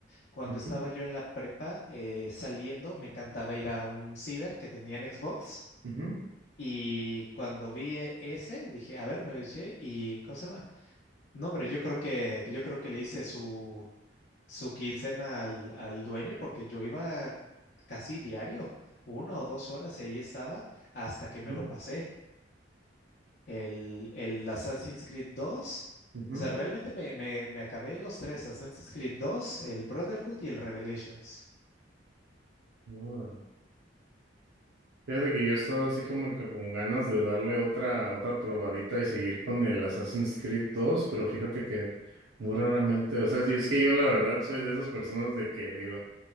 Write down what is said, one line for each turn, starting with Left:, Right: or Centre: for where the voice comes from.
Left: cuando
Right: Ujú,
Left: estaba yo en la prepa eh, saliendo, me encantaba ir a un ciber que tenía en Xbox.
Right: ujú,
Left: Y cuando vi eh, ese, dije, a ver, me lo eché y ¿cómo se llama? No, hombre, yo creo que, yo creo que le hice su, su quincena al, al dueño porque yo iba casi diario, una o dos horas y ahí estaba hasta que
Right: ujú,
Left: me lo pasé el, el Assassin's Creed dos
Right: ujú.
Left: O sea, realmente me, me, me acabé los tres, Assassin's Creed dos el Brotherhood y el Revelations.
Right: No, Fíjate que yo he estado así como que con ganas de darle otra, otra probadita y seguir con el Assassin's Creed dos pero fíjate que muy raramente, o sea, si es que yo la verdad soy de esas personas de que digo,